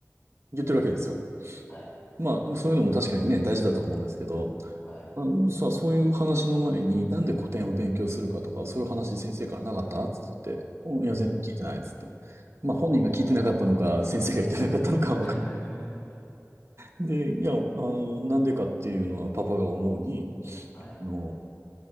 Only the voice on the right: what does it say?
言ってるわけですよ。
まあ、そういうのも確かにね、大事だとは思うんですけど、
あのさ、そういう話の前に、なんで古典を勉強するかとか、そういう話先生からなかったっつって言って、
おいや、
全然聞いてないっつって。まあ、
本人が聞いてなかったのか、
先生が言ってなかったのかはわかんない。
で、いや、あの、なんでかっていうのはパパが思うに、
あの